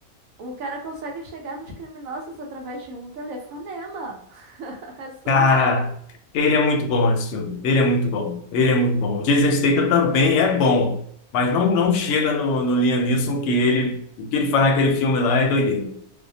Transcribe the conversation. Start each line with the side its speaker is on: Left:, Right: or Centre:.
Right: o cara consegue chegar nos criminosos através de um telefonema. <laughs> É surreal.
Left: Cara, ele é muito bom esse filme. Ele é muito bom. Ele é muito bom. O Jason Statham também é bom, mas não não chega no, no Liam Neeson que ele o que ele faz naquele filme lá é doideira.